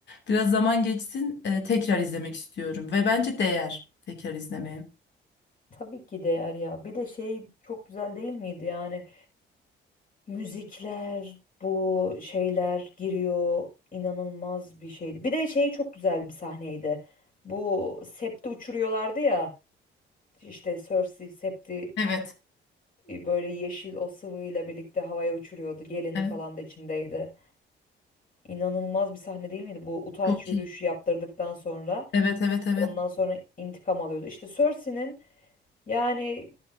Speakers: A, on the left (about 60°); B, on the left (about 45°).
A: Biraz zaman geçsin e, tekrar izlemek istiyorum ve bence değer tekrar izlemeye.
B: Tabii ki değer ya. Bir de şey çok güzel değil miydi yani? Müzikler, bu şeyler giriyor. inanılmaz bir şeydi. Bir de şey çok güzel bir sahneydi. Bu septi uçuruyorlardı ya. İşte Cersei septi
A: Evet.
B: e, böyle yeşil o sıvıyla birlikte havaya uçuruyordu. Gelini
A: Evet.
B: falan da içindeydi. İnanılmaz bir sahne değil miydi? Bu utanç
A: Çok
B: yürüyüşü
A: iyi.
B: yaptırdıktan sonra
A: Evet evet evet.
B: ondan sonra intikam alıyordu. İşte Cersei'nin yani